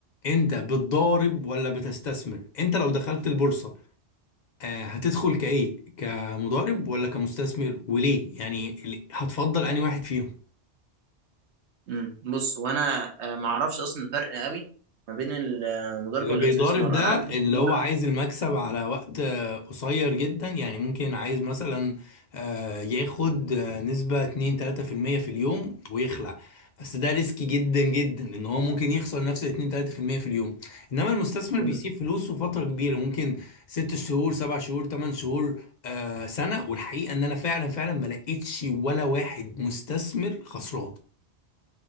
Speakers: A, on the left; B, on the right.
A: انت بتضارب ولا بتستثمر انت لو دخلت البورصة آه، هتدخل كايه كمضارب ولا كمستثمر وليه يعني ال- هتفضل انهي واحد فيهم
B: مم. بص وانا آه، ما اعرفش اصلا الفرق قوي ما بين المضاربه
A: اللي
B: والاستثمار
A: بيضارب ده
B: انا عارف
A: اللي
B: بس ان
A: هو
B: انا
A: عايز المكسب على وقت آه، قصير جدا يعني ممكن عايز مثلا آه، ياخد آه، نسبة 2 3% في المية في اليوم ويخلع بس ده ريسكي جدا جدا ان هو ممكن يخسر نفس ال 2 3% في اليوم انما المستثمر
B: مم.
A: بيسيب فلوسه فترة كبيرة ممكن 6 شهور 7 شهور 8 شهور آه، سنة والحقيقة ان انا فعلا فعلا ما لقيتش ولا واحد مستثمر خسران